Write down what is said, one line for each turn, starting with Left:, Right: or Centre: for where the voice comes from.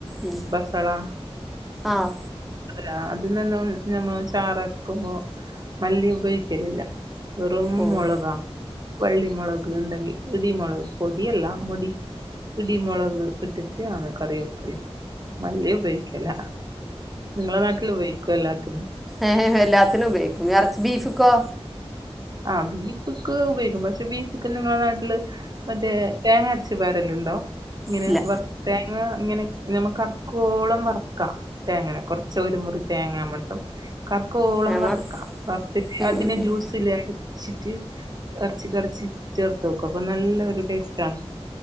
Centre: ഉം.
Right: ബസള.
Centre: ആഹ്.
Right: അതെ അതിനൊന്നും ഞമ്മ ചാറരക്കുമ്പോ മല്ലി ഉപയോഗിക്കലില്ല. വെറും
Centre: ഓഹ്
Right: മൊളകാ വള്ളിമൊളക് ഇണ്ടെങ്കി. ഇടിമൊളക് പൊടിയല്ല മൊടി ഇടിമൊളക് ഇട്ടിട്ടാണ് കറി വെക്കല് മല്ലി ഉപയോഗിക്കല്ല. ഇങ്ങളെ നാട്ടില് ഉപയോഗിക്കോ എല്ലാത്തിനും.
Centre: ഏഹ് എല്ലാത്തിനു ഉപയോഗിക്കും. എർ ബീഫ്ക്കോ?
Right: ആഹ് ബീഫ്ക്ക് ഉപയോയിക്കും, പശെ ബീഫക്ക് നിങ്ങളെ നാട്ടില് മറ്റേ തേങ്ങരച്ച് പാരല്ണ്ടോ ഇങ്ങനെ
Centre: ഇല്ല
Right: വർ തേങ്ങങ്ങനെ ഞമ്മ കറുക്കുവോളം വറക്കാ. തേങ്ങന കൊറച്ചൊരു മുറി തേങ്ങാ മ്മളിപ്പം കർക്കോളം
Centre: ഞങ്ങൾ
Right: വറക്കാം വറത്തിട്ട്
Centre: ഉം
Right: അതിനെ
Centre: ഉം ഉം
Right: ജ്യൂസില് അ ച്ചിട്ട് എറച്ചികൊറച്ച് ചേർത്തോക്ക് അപ്പൊ നല്ലൊരു ടേസ്റ്റാ.